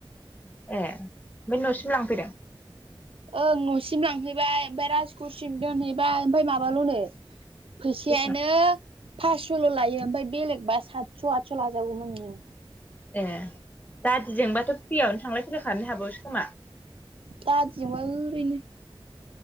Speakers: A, on the left; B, on the right.
A: ए ओमफ्राय न'सिम लांफैदों?
B: ओं न'सिम लांफैबाय ओमफ्राय रासघरसिम दोनहैबाय ओमफ्राय माबाल'नो फैसायानो
A: बेसेबां
B: पासस'ल' लायो ओमफ्राय बेलेगबा सातस' आदस' लाजागौमोन नोङो
A: ए दादिजोंबाथ' फ्रियावनो थांलाय फैलाय खालामनो हाबावोसो खोमा
B: दादिजोंबा ओरैनो